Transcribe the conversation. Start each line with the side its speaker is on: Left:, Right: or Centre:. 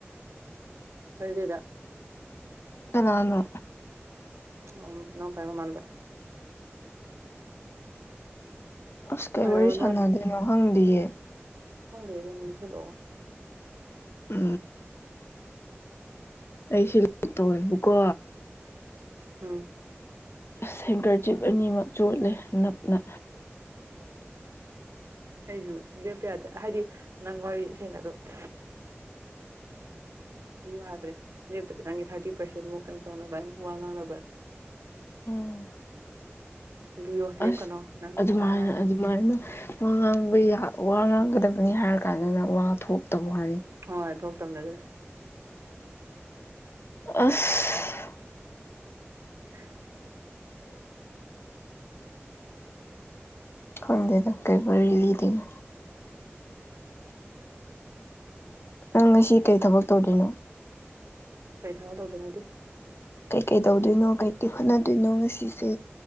Right: ꯆꯔꯗꯦꯗ
Left: ꯅꯅ
Right: ꯎ ꯅ ꯐꯥꯏꯃ ꯃꯥꯟꯕꯥꯟꯕ
Left: ꯑꯁ ꯀꯩ
Right: ꯍꯥꯏꯔꯛꯑꯣ
Left: ꯋꯥꯔꯤꯔꯤ ꯁꯥꯟꯅꯗ꯭ꯔꯤꯅꯣ ꯍꯪꯗꯤꯌꯦ
Right: ꯍꯪꯗꯦ ꯑꯗꯨꯝꯁꯤꯂꯣ
Left: ꯎ ꯑꯩꯁ ꯂꯣꯛ ꯇꯧꯋꯦꯕꯀꯣ
Right: ꯎꯝ
Left: ꯁꯦꯡꯒꯔꯖꯤꯞ ꯑꯅꯤꯃꯛ ꯆꯣꯠꯂꯦ ꯅꯞꯅ
Right: ꯑꯩꯁꯨ ꯂꯦꯞꯇ ꯌꯥꯗꯦ ꯍꯥꯏꯗꯤ ꯅꯪ ꯋꯥꯔꯤ ꯁꯦꯡ ꯑꯗꯣ <unintelligible> ꯌꯨ ꯍꯥꯏꯕ꯭ꯔꯦꯦꯞꯇ ꯅꯪꯒꯤ ꯊꯥꯔꯇꯤ ꯄꯥꯔꯁꯦꯟ ꯑꯃꯨꯛ ꯀꯩꯅꯣ ꯇꯧꯅꯕ ꯍꯥꯏꯅ ꯋꯥ ꯉꯥꯡꯅꯕ ꯍꯥꯏꯅ
Left: ꯎꯝ
Right: ꯂꯤꯌꯣ ꯂꯦꯞꯀꯅꯣ
Left: ꯑꯁ
Right: ꯅꯪ
Left: ꯑꯗꯨꯃꯥꯏꯅ
Right: ꯋꯥꯉꯥꯡ
Left: ꯑꯗꯨꯃꯥꯏꯅ ꯋꯥ ꯉꯥꯡꯕ ꯋꯥ ꯉꯥꯡꯒꯗꯕꯅꯤ ꯍꯥꯏꯔ ꯀꯥꯟꯗꯅ ꯋꯥ ꯊꯣꯛꯇꯧ ꯍꯥꯏꯅꯤ
Right: ꯍꯣꯏ ꯊꯣꯛꯇꯕꯅꯦ ꯑꯗꯨꯅꯦ
Left: ꯑꯁ
Right: <unintelligible>
Left: ꯈꯪꯗꯦ ꯇ ꯀꯩ ꯋꯥꯔꯤꯔꯤ ꯂꯤꯗꯅ
Right: ꯎ <inaudible>
Left: ꯅꯪ ꯉꯁꯤ ꯀꯔꯤ ꯊꯕꯛ ꯇꯧꯗꯣꯏꯔꯤꯅꯣ
Right: ꯀꯩ ꯊꯃ ꯇꯧꯗꯅꯣꯗꯤ
Left: ꯀꯩꯀꯩ ꯇꯧꯗꯣꯏꯅꯣ ꯀꯩꯀꯩ ꯍꯣꯠꯅꯗꯣꯏꯅꯣ ꯉꯁꯤꯁꯦ